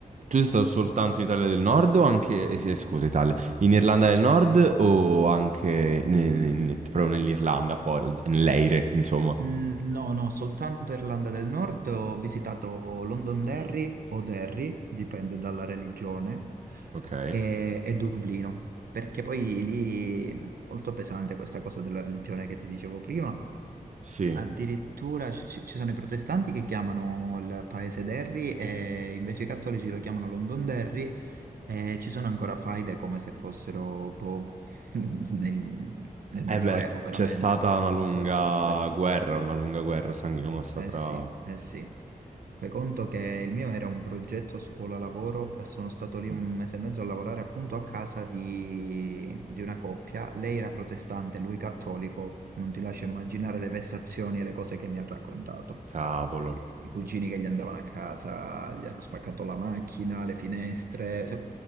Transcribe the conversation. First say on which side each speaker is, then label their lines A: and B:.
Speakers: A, on the right; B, on the right.
A: tu sei stato soltanto in Italia del Nord o anche, eh, sì, scusa Italia, in Irlanda del Nord o anche ne- ne- ne- proprio nell'Irlanda fuori, nell'Eire, insomma?
B: Mm, no, no, soltanto Irlanda del Nord. Ho visitato Londonderry o Derry, dipende dalla religione,
A: Ok,
B: e, e Dublino, perché poi lì molto pesante questa cosa della religione che ti dicevo prima.
A: sì.
B: Addirittura ci, ci- ci sono i protestanti che chiamano il paese Derry e invece i cattolici lo chiamano Londonderry e ci sono ancora faide come se fossero boh, <laughs> nel, nel
A: Eh
B: Medioevo,
A: beh,
B: veramente,
A: c'è stata una lunga
B: cose assurde.
A: guerra, una lunga guerra sanguinosa
B: Eh
A: tra...
B: sì, eh sì. Fai conto che il mio era un progetto scuola-lavoro e sono stato lì
A: mm,
B: un mese e mezzo a lavorare appunto a casa di, di una coppia. Lei era protestante, lui cattolico. Non ti lascio immaginare le vessazioni e le cose che mi ha raccontato.
A: Cavolo,
B: I, i cugini che gli andavano a casa, gli hanno spaccato la macchina, le finestre, cioè,